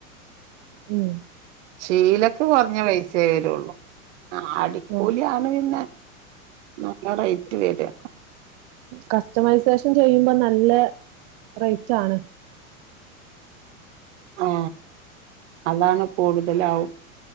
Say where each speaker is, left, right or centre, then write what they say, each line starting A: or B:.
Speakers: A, on the right (about 35°); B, on the right (about 55°).
A: മ്മ്
B: ചീലക്ക് കുറഞ്ഞ പൈസേ വരൂള്ളു ആടിക്കൂലിയാന്ന്
A: ഉം
B: പിന്നെ നല്ല റേറ്റ് വര്യാ
A: കസ്റ്റംമൈസേഷൻ ചെയ്യുമ്പോ നല്ല റെയ്റ്റാണ്
B: ആ അതാണ് കൂടുതലാവും